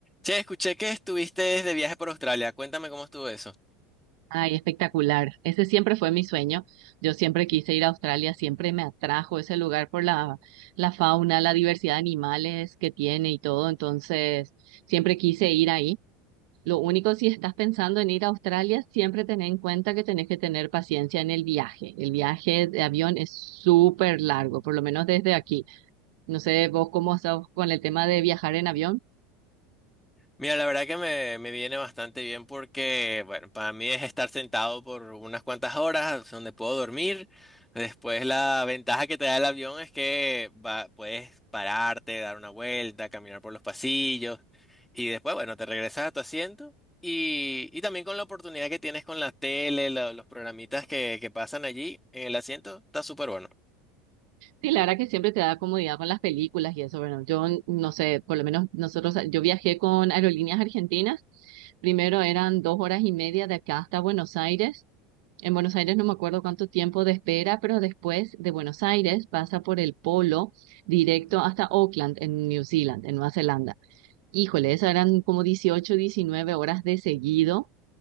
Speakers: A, in the centre; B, on the right.
A: Che, escuché que estuviste de viaje por Australia. Cuéntame cómo estuvo eso.
B: Ay, espectacular. Ese siempre fue mi sueño. Yo siempre quise ir a Australia, siempre me atrajo ese lugar por la, la fauna, la diversidad de animales que tiene y todo. Entonces, siempre quise ir ahí. Lo único, si estás pensando en ir a Australia, siempre ten en cuenta que tenés que tener paciencia en el viaje. El viaje de avión es súper largo, por lo menos desde aquí. No sé vos cómo estás con el tema de viajar en avión.
A: Mira, la verdad que me, me viene bastante bien porque, bueno, para mí es estar sentado por unas cuantas horas donde puedo dormir. Después la ventaja que te da el avión es que va- puedes pararte, dar una vuelta, caminar por los pasillos y después, bueno, te regresas a tu asiento y, y también con la oportunidad que tienes con la tele, lo- los programitas que, que pasan allí en el asiento, está súper bueno.
B: Sí, la verdad que siempre te da comodidad con las películas y eso, bueno, yo n- no sé, por lo menos nosotros, eh, yo viajé con Aerolíneas Argentinas, primero eran dos horas y media de acá hasta Buenos Aires, en Buenos Aires no me acuerdo cuánto tiempo de espera, pero después de Buenos Aires pasa por el Polo directo hasta Auckland, en New Zealand, en Nueva Zelanda. Híjole, esas eran como 18, 19 horas de seguido